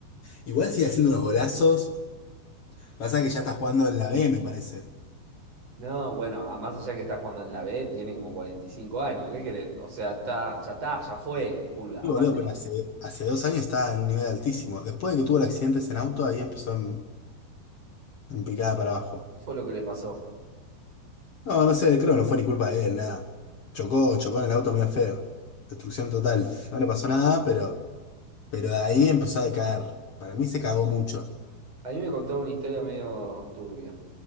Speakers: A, on the left; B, on the right.
A: Igual sigue haciendo unos golazos, pasa que ya está jugando en la B, me parece.
B: No, bueno, a- más allá que está jugando en la B, tiene como 45 años, ¿qué querés? O sea, está, ya está, ya fue el Pulga. Aparte,
A: Sí, boludo, pero hace, hace dos años estaba en un nivel altísimo. Después de que tuvo el accidente en auto, ahí empezó en, en picada para abajo.
B: ¿qué fue lo que le pasó?
A: No, no sé, creo que no fue ni culpa de él, nada. Chocó, chocó en el auto medio feo. Destrucción total. No le pasó nada, pero, pero de ahí empezó a decaer. Para mí se cagó mucho.
B: A mí me contaron una historia medio turbia,